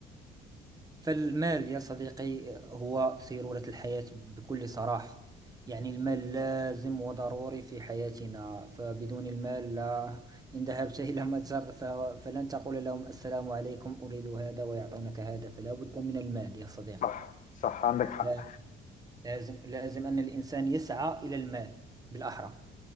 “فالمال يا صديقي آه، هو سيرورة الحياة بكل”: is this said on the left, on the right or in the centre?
Right